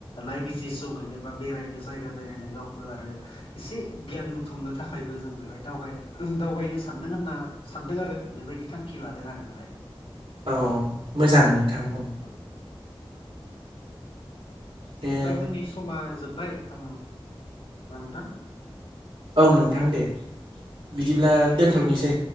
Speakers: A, on the left (about 75°); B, on the right (about 75°).
A: नायबिजि सुंखायनो बा बेरायनो जायगा बेरायनो गावखौ आरो एसे गियान बुथुमनो थाखायबो जों बेहाय दाव दावबायनो सान सानदों होनना सानदों आरो बेबायदि थांखि लादों आरो बेवहाय
B: औ मोजां नोंथां औ
A: ओम
B: दे
A: नोंथां जोंनि समा जोब्बाय आं ना नोंथां
B: औ नोंथां दे बिदिब्ला दोनथ'नोसै